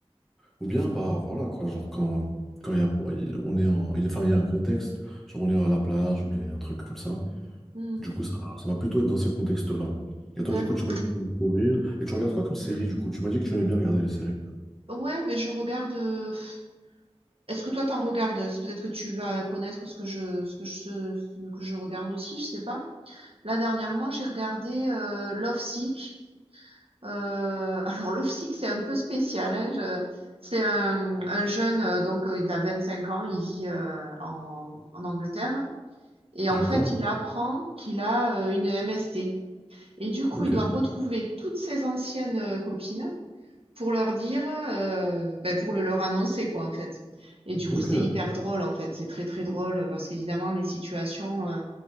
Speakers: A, in the centre; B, on the right (about 60°).
A: Ou bien, bah voilà, quoi, genre quand, quand il y a, on est en, il- enfin, il y a un contexte, genre on est à la plage ou bien il y a un truc comme ça.
B: Mhm.
A: Du coup, ça, ça va plutôt être dans ces contextes-là. Et toi,
B: D'accord.
A: du coup, tu m'as dit que t'aimes courir. Et tu regardes quoi comme série, du coup? Tu m'as dit que tu aimais bien regarder les séries.
B: Ouais, mais je regarde. euh, pff, Est-ce que toi t'en regardes? C'est Peut-être que tu vas connaître ce que je, ce que je, ce que je regarde aussi, je sais pas. Là dernièrement, j'ai regardé euh, Love Sick. Heu, <laughs> alors Love Sick, c'est un peu spécial, hein, je c'est un un jeune, heu, donc heu, il a vingt-cinq ans, il vit, heu, en en Angleterre et
A: D'accord?
B: en fait, il apprend qu'il a, heu, une MST et du coup,
A: Ok.
B: il doit retrouver toutes ses anciennes, heu, copines pour leur dire, heu, beh, pour le leur annoncer, quoi, en fait et du coup,
A: Ok.
B: c'est hyper drôle, en fait, c'est très, très drôle, heu, parce qu'évidemment les situations, heu,